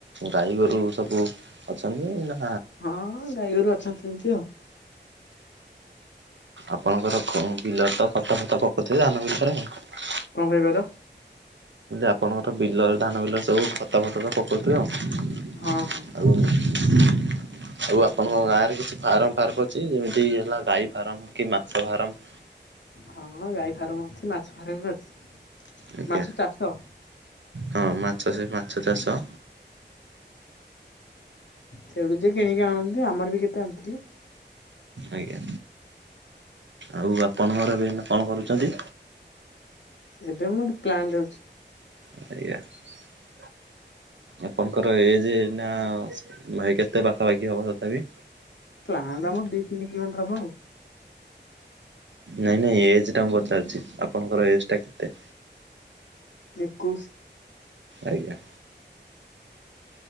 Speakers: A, on the right (about 80°); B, on the left (about 75°).
A: ଗାଈ ଗୋରୁ ସବୁ ଅଛନ୍ତି, ନା
B: ହଁ ଗାଈଗୋରୁ ଅଛନ୍ତି, ସେମିତି ଆଉ
A: ଆପଣଙ୍କର ବିଲ ତ ଖତ ଫଟ ପକାଉଥିବେ ଧାନ ବିଲରେ ଆ
B: କଣ କହିବ ତ <unintelligible>
A: ଆପଣଙ୍କର ବିଲ ଧାନ ବିଲ ସବୁ ଖଟ ଭଟଟ ପକଉଥିବ ଆଉ
B: ହଁ ହଁ
A: ଆଉ, ଆଉ ଆପଣଙ୍କ ଗାଁରେ କିଛି ଫାର୍ମ ଫାର୍ ଅଛି ଯେମିତି ହେଲା-ଗାଈ ଫାରମ କି ମାଛ ଫାରମ
B: ହଁ ଗାଈ ଫାର୍ମ ଅଛି ମାଛ ଫାର୍ମ ବି ଅଛି।
A: ଆଜ୍ଞା
B: ମାଛ ଚାଷ।
A: ହଁ ମାଛ, ସେ ମାଛ ଚାଷ।
B: ସେଠୁ ଯିଏ କିଣିକି ଆଣନ୍ତି, ଆମର ବି କେତେ ଆଣିଥିଲେ।
A: ଆଜ୍ଞା। ଆଉ ଆପଣ ଘର ବି <unintelligible> କଣ କରୁଛନ୍ତି?
B: ଏଠ ମୁଁ <unintelligible> ପ୍ଲାନ୍ ଯାଉଛି।
A: ଆଆ <unintelligible> ଆପଣଙ୍କର ଏ ଯେ ନା କେତେ ପାଖାପାଖି ହବ, ତଥାପି
B: ପ୍ଲାଣ୍ଟ ଆମର ଦି ତିନି କି ଘଣ୍ଟା ହବ, ଆଉ
A: ନାଇଁ ନାଇଁ ଏଜ ଟା ମୁଁ ପଚାରଛି ଆପଣଙ୍କର ଏଜ ଟା କେତେ?
B: ଏକୋଇଶ।
A: ଆଜ୍ଞା।